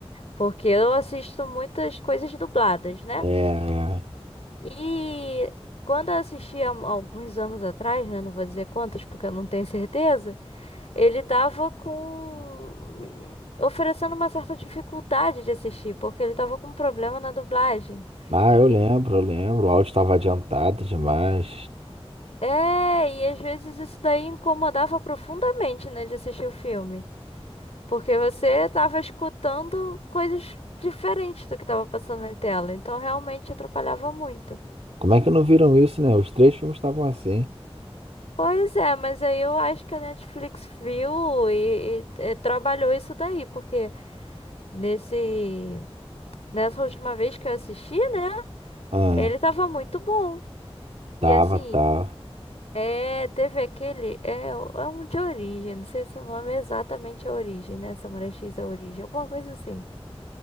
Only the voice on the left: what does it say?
porque eu assisto muitas coisas dubladas, né?
E quando eu assisti há alguns anos atrás, né, não vou dizer quantos porque eu não tenho certeza, ele tava com oferecendo uma certa dificuldade de assistir, porque ele tava com um problema na dublagem.
E
é, e às vezes isso daí incomodava profundamente, né, de assistir o filme. Porque você estava escutando coisas diferentes do que estava passando na tela, então realmente atrapalhava muito.
Pois é, mas aí eu acho que a Netflix viu e, e- e trabalhou isso daí, porque nesse, nessa última vez que eu assisti, né,
ele tava muito bom.
E assim,
é, teve aquele, é, é um de origem, não sei se o nome é exatamente a origem, né, Samurai X é a origem, alguma coisa assim.